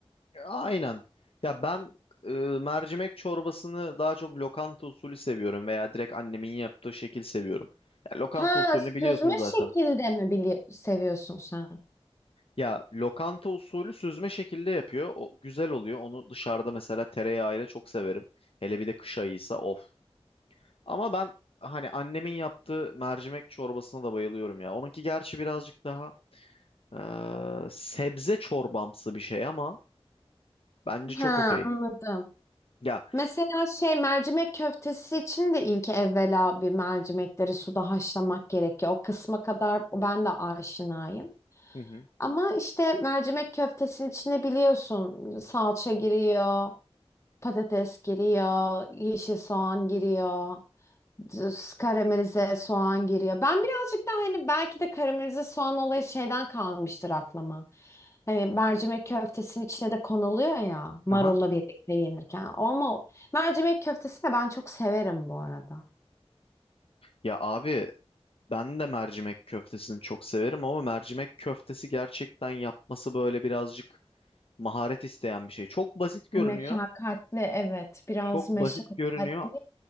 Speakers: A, on the left (about 60°); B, on the left (about 30°).
A: Aynen. Ya ben e, mercimek çorbasını daha çok lokanta usulü seviyorum veya direkt annemin yaptığı şekil seviyorum. Ya, lokanta
B: Ha,
A: usulünü
B: süzme
A: biliyorsun zaten.
B: şekilde mi bili seviyorsun sen?
A: Ya lokanta usulü süzme şekilde yapıyor. O güzel oluyor. Onu dışarıda mesela tereyağıyla çok severim. Hele bir de kış ayıysa of. Ama ben hani annemin yaptığı mercimek çorbasına da bayılıyorum ya. Onunki gerçi birazcık daha e, sebze çorbamsı bir şey ama bence çok
B: Ha,
A: okey.
B: anladım.
A: Ya.
B: Mesela şey mercimek köftesi için de ilk evvela bir mercimekleri suda haşlamak gerekiyor. O kısma kadar ben de aşinayım.
A: Hı hı.
B: Ama işte mercimek köftesinin içine biliyorsun salça giriyor, patates giriyor, yeşil soğan giriyor düz karamelize soğan giriyor. Ben birazcık daha hani belki de karamelize soğan olayı şeyden kalmıştır aklıma. Hani mercimek köftesinin içine de konuluyor ya marulla
A: Aha.
B: birlikte yenirken. Ama mercimek köftesi de ben çok severim bu arada.
A: Ya abi Ben de mercimek köftesini çok severim ama mercimek köftesi gerçekten yapması böyle birazcık maharet isteyen bir şey. Çok basit görünüyor.
B: Meşakkatli evet biraz
A: Çok
B: meşakkatli.
A: basit görünüyor